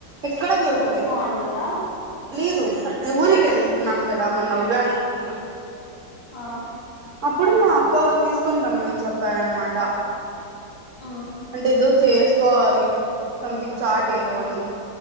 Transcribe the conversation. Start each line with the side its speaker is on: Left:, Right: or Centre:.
Right: ఎక్కడ దొరకలేదు
Left: అంత బాగుంటుందా
Right: లేదు ఊరిగేల్తున్నాం గదా మొన్న ఉగాదికి
Left: ఆ,
Right: అప్పుడు మా అక్క వాళ్ళు తీసుకుని రమ్మని చెప్పారనమాట
Left: ఆ,
Right: అంటే ఏదో చేసుకోవాలి సంథింగ్ చాట్ ఏదో అని